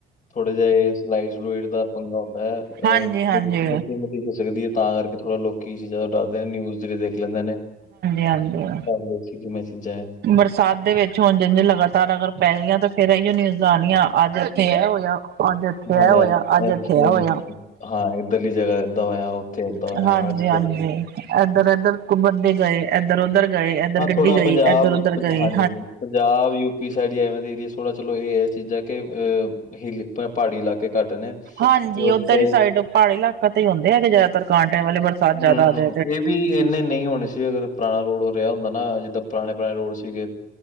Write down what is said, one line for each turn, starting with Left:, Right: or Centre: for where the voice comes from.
Left: ਥੋੜਾ ਜਿ ਏ ਸਲਾਈ ਸੁਲੁਇਡ ਦਾ ਪੰਗਾ ਹੁੰਦਾ ਹੈ ਅਹ
Right: ਹਾਂਜੀ
Left: -
Right: ਹਾਂਜੀ
Left: ਹੋ ਸਕਦੀ ਹੈ ਤਾਂ ਕਰਕੇ ਥੋੜ੍ਹਾ ਲੋਕੀ ਇਸ ਚੀਜ਼ਾਂ ਦਾ ਡਰਦੇ ਨੇ ਨਿਊਜ਼ ਰੇ ਦੇਖ ਲੈਂਦਾ ਨੇ
Right: ਹਾਂਜੀ
Left: ਦੇਖੀ ਕਿ ਮੈ ਚ ਜਾਏ
Right: ਬਰਸਾਤ ਦੇ ਵੇਚ ਠੰਡ ਇੰਨੀ ਲਗਾਤਾਰ ਅਗਰ ਪੈ ਣੀਆਂ ਤੇ ਫੇਰ ਐਯੋ ਨਿਊਜਾ਼ ਆਨੀਆ ਅੱਜ ਇੱਥੇ ਇਹ ਹੋਇਆ ਅੱਜ ਏਥੇ
Left: ਹੈਗਾ
Right: ਏਹ ਹੋਇਆ, ਅੱਜ
Left: ਐਕਸ਼ਨ
Right: ਏਥੇ ਏਹ ਹੋਇਆ
Left: ਹਾਂ ਇੱਧਰਲੀ ਜਗ੍ਹਾ ਏਦਾਂ ਹੋਇਆ ਉੱਥੇ ਏਦਾਂ ਹੋਇਆ
Right: ਹਾਂਜੀ,
Left: ਆਹ ਚੀਜ਼ਾਂ
Right: ਹਾਂਜੀ।
Left: ਤੇ ਹਨ।
Right: ਏਧਰ ਉੱਧਰ ਕੁਮ‌ਦੇ ਗਏ ਏਧਰ ਉੱਧਰ ਗਏ ਏਧਰ
Left: ਹਾਂ
Right: ਗੱਡੀ
Left: ਥੋੜਾ
Right: ਗਈ
Left: ਪੰਜਾਬ
Right: ਇੱਧਰ ਉਧਰ ਗਈ
Left: ਹਾਂਜੀ, ਹਾਂਜੀ ਪੰਜਾਬ ਯੂ ਸਾਈਡ ਏਰੀਆ ਥੋੜਾ ਚਲੋ ਇਹ ਚੀਜ਼ਾਂ ਕਿ ਅਹ ਹਿੱਲੀ ਪਹਾੜੀ ਇਲਾਕੇ ਘੱਟ ਨੇ
Right: ਹਾਂਜੀ
Left: ਤੇ ਉੱਥੇ
Right: ਉੱਧਰ ਹੀ ਸਾਈਡ ਪਹਾੜੀ ਇਲਾਕਾ ਤੇ ਹੀ ਹੁੰਦੇ ਹੈਗੇ ਜ਼ਿਆਦਾਤਰ ਕਾਂਡ ਐ ਵਾਲੇ ਬਰਸਾਤ
Left: ਹੂੰ
Right: ਜਾਦਾ ਆ ਜਾਵੇ
Left: ਇਹ ਵੀ ਇੰਨੇ ਨਹੀਂ ਹੋਣੇ ਸੀ ਅਗਰ ਪੁਰਾਣਾ ਰੋਡ ਰਿਹਾ ਹੁੰਦਾ ਨਾ ਜਿੱਦਾਂ ਪੁਰਾਣੇ ਪੁਰਾਣੇ ਰੋਡ ਸੀਗੇ